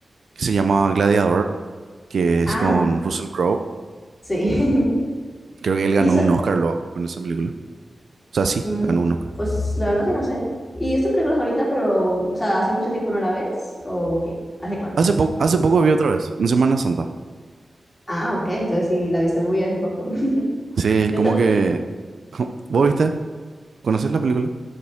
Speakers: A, on the right; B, on the left.
A: que se llama Gladiador, que es
B: Ah,
A: con Russell Crowe.
B: sí. <laughs>
A: Creo que él ganó
B: Y eso,
A: un Oscar luego con esa película. O sea, sí,
B: mm,
A: ganó un Oscar.
B: pues la verdad sí no sé. ¿Y esta película favorita, pero, o sea, hace mucho tiempo no la ves? ¿O qué? ¿Hace cuánto?
A: Hace poco, hace poco vi otra vez, en Semana Santa.
B: Ah, ok, entonces sí, la viste muy hace poco. <laughs>
A: Sí,
B: Yo
A: como
B: también.
A: que... <laughs> ¿Vos viste? ¿Conoces la película?